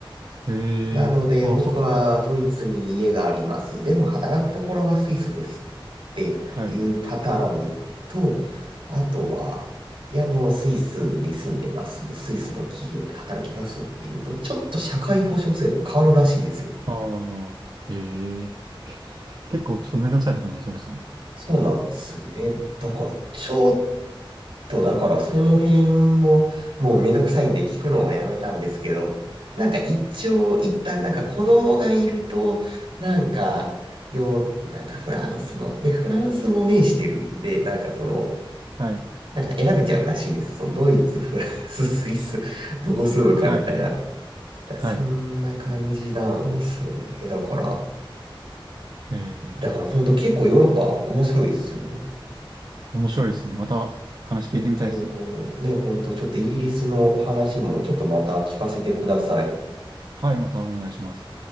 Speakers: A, on the right; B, on the right.
A: ええああ、
B: なので、僕はドイツに家があります。
A: そっか、そっか。
B: でも働くところはスイスですっていうパターンと、
A: はい。
B: あとは、いやもうスイスに住んでます。スイスの企業で働きますっていうと、ちょっと社会保障制度変わるらしいんですよ。
A: ああ、ええ結構ちょっとめんどくさいことになりそうですね。
B: そうなんですよね。だから、ちょっと、だからその辺も、もうめんどくさいんで聞くのはやめたんですけど、なんか一応一旦なんか子供がいると、なんか、よ、なんかフランスの、で、フランスも面してるんで、なんかその、
A: はい。
B: なんか選べちゃうらしいんです。そのドイツ、フランス、スイス、どこ住むかみたいな。
A: はい、はい、
B: だそんな感じなんすよね。
A: はい。
B: だから、
A: ええ
B: だから本当結構ヨーロッパ面白いですよね。
A: 面白いですね。
B: ちょ
A: また話聞いてみたいですね。
B: えっと、ね、ほんと、ちょっとイギリスの話もちょっとまた聞かせてください。
A: はい、またお願いします。